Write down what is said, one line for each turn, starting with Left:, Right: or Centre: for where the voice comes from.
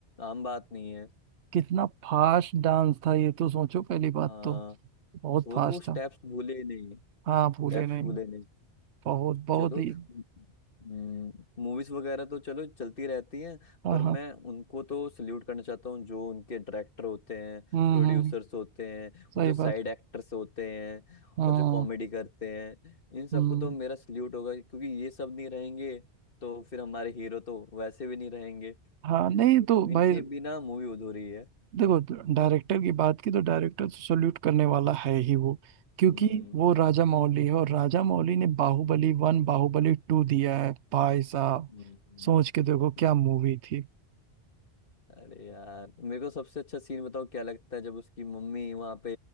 Left: आम बात नहीं है
Right: कितना फास्ट डांस था ये तो सोचो पहली बात
Left: हाँ
Right: तो बहुत
Left: और
Right: फास्ट
Left: वो स्टेप्स
Right: था
Left: भूले नहीं
Right: हाँ
Left: स्टेप्स
Right: भूले नहीं
Left: भूले नहीं
Right: बहुत बहुत
Left: चलो
Right: ही
Left: मूवीज वगैरह तो चलो चलती रहती हैं
Right: हाँ
Left: पर
Right: हाँ
Left: मैं उनको तो सल्यूट करना चाहता हूँ जो उनके डायरेक्टर होते हैं
Right: हम्म
Left: प्रोड्यूसर्स
Right: हम्म
Left: होते हैं
Right: सही
Left: और जो साइड
Right: बात
Left: एक्टर्स होते हैं
Right: हाँ
Left: और जो कॉमेडी करते हैं इन सबको
Right: हम्म
Left: तो मेरा सल्यूट होगा क्योंकि ये सब नहीं रहेंगे तो फिर हमारे हीरो तो वैसे भी नहीं रहेंगे
Right: हाँ नहीं तो
Left: तो
Right: भाई
Left: इनके बिना मूवी अधूरी है
Right: देखो डायरेक्टर की बात की तो डायरेक्टर तो सल्यूट करने वाला है ही वो क्योंकि
Left: हम्म
Right: वो राजा मौली है और राजा मौली ने बाहुबली
Left: हम्म
Right: वन बाहुबली टू दिया है भाई साहब
Left: हम्म, हम्म।
Right: सोच के देखो क्या
Left: <laughs>
Right: मूवी थी
Left: अरे यार मेरे को सबसे अच्छा सीन बताओ क्या लगता है जब उसकी मम्मी वहां पे